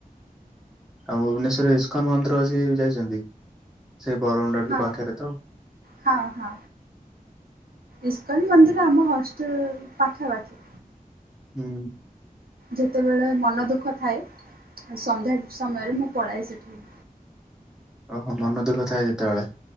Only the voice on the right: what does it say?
ହଁ
ହଁ ହଁ ଇସ୍କନ ମନ୍ଦିର ଆମ ହଷ୍ଟେଲ ପାଖାପାଖି।
ଯେତେବେଳେ ମନ ଦୁଃଖ ଥାଏ ସନ୍ଧ୍ୟା ସମୟରେ ମୁଁ ପଳାଏ ସେଠିକି।